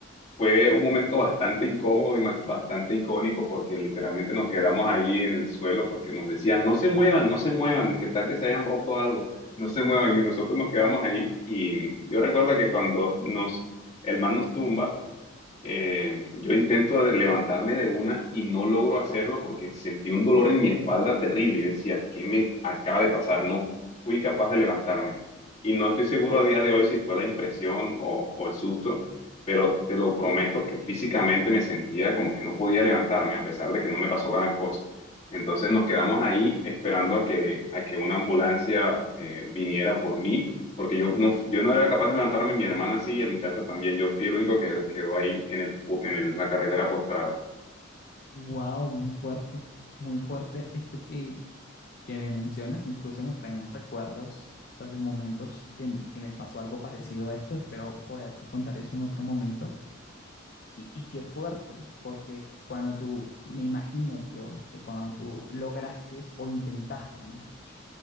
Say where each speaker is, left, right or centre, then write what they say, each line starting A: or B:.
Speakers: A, on the left (about 30°); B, on the left (about 50°).
A: Fue un momento bastante incómodo y ma- bastante icónico porque literalmente nos quedamos ahí en el suelo porque nos decían, no se muevan, no se muevan, que tal que se hayan roto algo, no se muevan y nosotros nos quedamos ahí y yo recuerdo que cuando nos, el man nos tumba, eh, yo intento de- levantarme de una y no logro hacerlo porque sentí un dolor en mi espalda terrible. Yo decía, ¿qué me acaba de pasar? No fui capaz de levantarme. Y no estoy seguro a día de hoy si fue la impresión o, o el susto, pero te lo prometo que físicamente me sentía como que no podía levantarme a pesar de que no me pasó gran cosa. Entonces nos quedamos ahí esperando a que, a que una ambulancia eh, viniera por mí porque yo no, yo no era capaz de levantarme, mi hermana sí y el muchacho también. Yo fui el único que quedó ahí en el, pu- en el- la carretera postrado.
B: Wow, muy fuerte, muy fuerte esto que, que me mencionas, incluso me traen recuerdos sobre momentos que, que me pasó algo parecido a esto, espero poderte contar eso en otro momento Y, y qué fuerte, porque cuando tú, me imagino yo, que cuando tú lograste o intentaste, mejor dicho,